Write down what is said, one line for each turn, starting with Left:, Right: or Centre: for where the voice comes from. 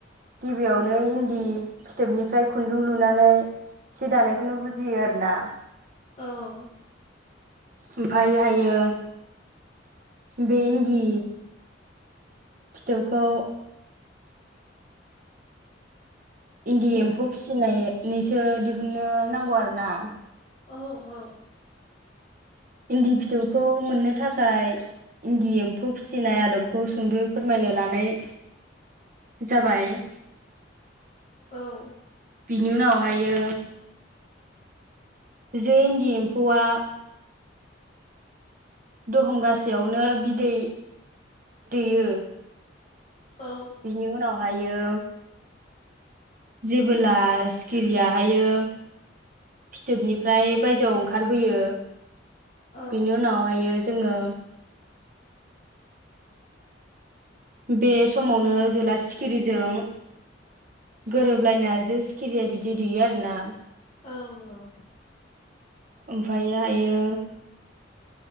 Right: गिबियावनो इन्दि फिथोबनिफ्राय खुन्दुं लुनानै सि दानायखौनो बुजियो आरो ना।
Left: औ
Right: ओमफायहायो बे इन्दि फिथोबखौ इन्दि
Left: हेलौ
Right: एम्फौ फिसिनायनैसो दिहुननो नांगौ आरो ना।
Left: औ औ।
Right: इन्दि फिथोबखौ मोननो थाखाय इन्दि एम्फौ फिसिनाय आदबखौ सुंद'यै फोरमायनो लानाय जाबाय।
Left: औ।
Right: बिनि उनावहायो जै इन्दि एम्फौआ दहमगासेयावनो बिदै दैयो
Left: औ
Right: बिनि उनावहायो जेबोला सिखिरियाहायो फिथोबनिफ्राय बायजोआव ओंखारबोयो
Left: औ
Right: बिनि उनावहायो जोङो बे समावनो जोला सिखिरिजों गोरोबलायना जो सि खिरिया बिदै दैेयो आरो ना।
Left: औ औ।
Right: ओमफाययो हायो